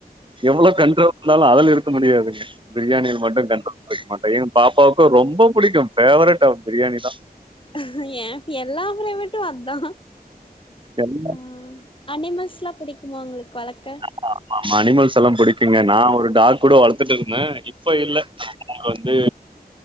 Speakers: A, on the right; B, on the left.
A: எவ்வளோ கண்ட்ரோ இருந்தாலு அது நிறுத்த முடியாதுங்க பிரியாணிய மட்டு கண்ட்ரோ டிக்க மாட்டே எ பாப்பாவுக்கு ரொம்ப புடிக்கு பேவரட் அவ பிரியாணி தா
B: ஏ <unintelligible> ட்டு அதா
A: எல்லாமே
B: அ அனிமல்ஸ்லா புடிக்குமா உங்களுக்கு வளக்க
A: அ ஆமா அனிமல்ஸ் எல்லா புடிக்குங்க நா ஒரு டாக் கூட வளத்துட்டுருந்தே இப்ப இல்ல <inaudible> வந்து